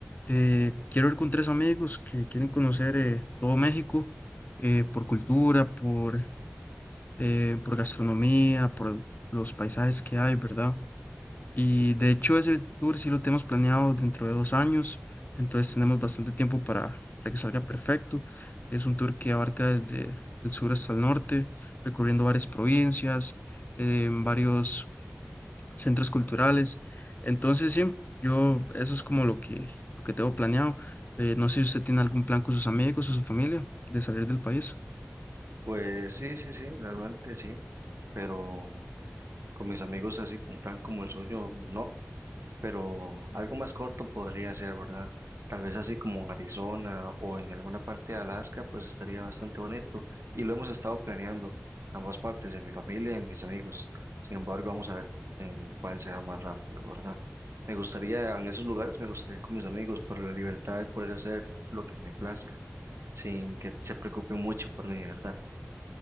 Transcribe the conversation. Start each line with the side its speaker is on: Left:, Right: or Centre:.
Left: eh, quiero ir con tres amigos que quieren conocer eh, todo México eh, por cultura, por, eh, por gastronomía, por los paisajes que hay, ¿verdad? Y de hecho ese tour sí lo tenemos planeado dentro de dos años, entonces tenemos bastante tiempo para, para que salga perfecto. Es un tour que abarca desde el sur hasta el norte, recorriendo varias provincias, eh, varios centros culturales. Entonces, sí, yo eso es como lo que, lo que tengo planeado. Eh, no sé si usted tiene algún plan con sus amigos o su familia de salir del país.
Right: Pues sí, sí, sí, realmente sí, pero con mis amigos así, un plan como el suyo, no, pero algo más corto podría ser, ¿verdad? Tal vez así como en Arizona o en alguna parte de Alaska, pues estaría bastante bonito y lo hemos estado planeando ambas partes, en mi familia y en mis amigos. Sin embargo, vamos a ver en cuál sea más rápido, ¿verdad? Me gustaría, en esos lugares, me gustaría ir con mis amigos por la libertad de poder hacer lo que me plazca, sin que se preocupen mucho por mí, ¿verdad?